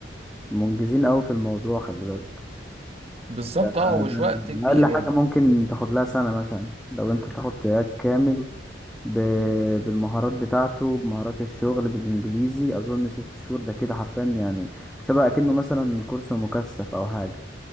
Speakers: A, in the centre; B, on the right (about 35°).
A: منجزين قوي في الموضوع خلي بالك
B: بالظبط
A: ده,
B: اه ومش
A: ده
B: وقت كبير
A: اقل حاجه
B: يعني
A: ممكن تاخد لها سنه مثلا لو انت تاخد تراك كامل ب- بالمهارات بتاعته بمهارات الشغل بالانجليزي اظن ست شهور ده كده حرفيا يعني شبه اكنه مثلا كورس مكثف او حاجه